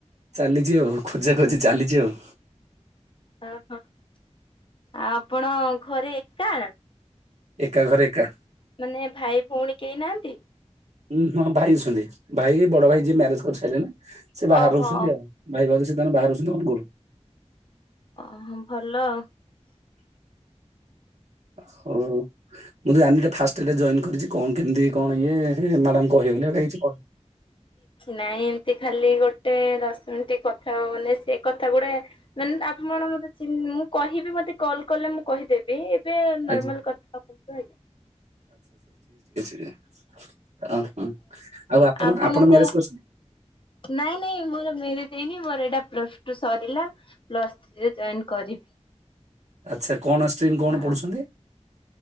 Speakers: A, on the right (about 70°); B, on the left (about 45°).
A: ଚାଲିଚି ଆଉ ଖୋଜା ଖୋଜି ଚାଲିଚି ଆଉ।
B: ଓହୋ ଆ ଆପଣ ଘରେ ଏକା
A: ଏକା ଘରେ ଏକା
B: ମାନେ ଭାଇ ଭଉଣୀ କେହି ନାହାନ୍ତି?
A: ହୁଁ ହଁ ଭାଇଛନ୍ତି ଭାଇ ବଡ ଭାଇ ଯିଏ ମ୍ୟାରେଜ କରିସାରିଲେନି ସେ ବାହାରୁ
B: ଓହୋ
A: ରହୁଛନ୍ତି ଆଉ ଭାଇ ଭ ସେତାନ ବାହାରୁ ରହୁଛନ୍ତି ଅନଗୁଳ।
B: ଅହୋ ଭଲ ଆଉ।
A: ହୋଉ ମୁଁ ଆ ଫାଷ୍ଟ ଏଇଟା ଜଏନ୍ କରିଛି କଣ କେମିତି କଣ ଇଏ ହେ ମ୍ୟାଡ଼ାମ କହିବେନି ଏଉଡ଼ା କିଛି କହି
B: ନାଇଁ ଏମତି ଖାଲି ଗୋଟେ ଦଶ ମିନିଟ କଥା ହବ ମାନେ ସେ କଥା ଗୁଡା ମାନେ ଆପଣ ମୁଁ ଚି ମୁଁ କହିବି ମତେ କଲ୍ କଲେ ମୁଁ କହିଦେବି। ଏବେ ନର୍ମାଲ
A: ଆଜ୍ଞା
B: କଥା କୁ ଆଜ୍ଞା।
A: ଓ ହ ଆଉ ଆପଣ
B: ଆପଣଙ୍କ
A: ଆପଣ ମ୍ୟାରେଜ କରୁଛନ୍ତି?
B: ନାଇଁ ନାଇଁ ମୋର ଭେରୀ ଦେଇନି ମୋର ଏଇଟା ପ୍ଲସ ଟୁ ସରିଲା ପ୍ଲ ଥ୍ରୀ ଜଏନ କରିବି
A: ଆଚ୍ଛା କଣ ଷ୍ଟ୍ରିମ୍ କଣ
B: ଆ
A: ପଢୁଛନ୍ତି